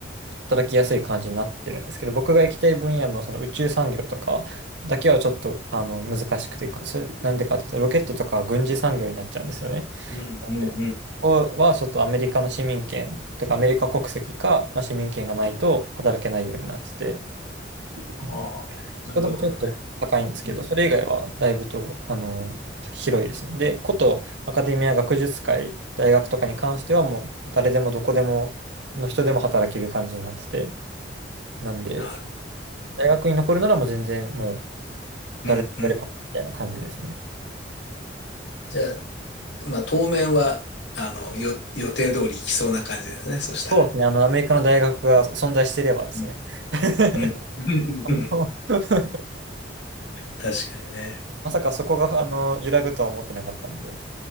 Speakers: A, on the right (about 65°); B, on the left (about 75°).
A: 働きやすい感じになってるんですけど、僕が行きたい分野のその宇宙産業とかだけはちょっとあの難しくて、ぐそれなんでかっていうと、ロケットとかは軍事産業になっちゃうんですよね。
B: うん、うん、
A: で
B: うん。
A: ここはちょっとアメリカの市民権とかアメリカ国籍か、まあ、市民権がないと働けないようになってて、うん
B: ああ、
A: そこだけちょっと高いんですけど、
B: なるほどね。うん、
A: それ以外はだいぶとあの広いですね。で、ことアカデミア学術会、大学とかに関してはもう誰でもどこでもの人でも働ける感じになってて、なんで、
B: なる。
A: 大学に残るならもう全然も
B: うん、
A: う誰でもやればみたいな感じですね。
B: うん。じゃあ、まあ、当面は、あの、よ、予定通り行きそうな感じですね。そしたら。
A: そうですね。あの、アメリカの大学が存在していればですね。
B: うん。
A: <laughs>
B: うん。<laughs>
A: 今後 <laughs>
B: 確かにね。
A: まさかそこが、あの、揺らぐとは思ってなかったんで。